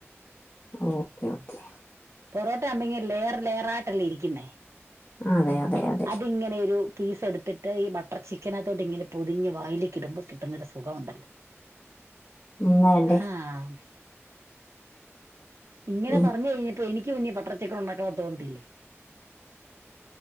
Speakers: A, on the left; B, on the right.
A: ഓക്കെ ഓക്കെ
B: പൊറോട്ട ആവുമ്പങ്ങ് ലെയർ ലെയർ ആയിട്ടല്ലേ ഇരിക്കുന്നേ
A: അതെ അതെ അതെ
B: അതിങ്ങനെ ഒരു പീസ് എടുത്തിട്ട് ഈ ബട്ടർ ചിക്കനത്തോട്ട് ഇങ്ങനെ പൊതിഞ്ഞ് വായിലി ഇടുമ്പോ കിട്ടുന്നൊരു സുഖ - സുഖമുണ്ട്
A: എന്നല്ലേ
B: ആഹ- ഇങ്ങനെ
A: ഈ
B: പറഞ്ഞു കഴി - എനിക്ക് കുഞ്ഞെ ബട്ടർ ചിക്കൻ ഉണ്ടാക്ക - <unintelligible> ടില്ലേ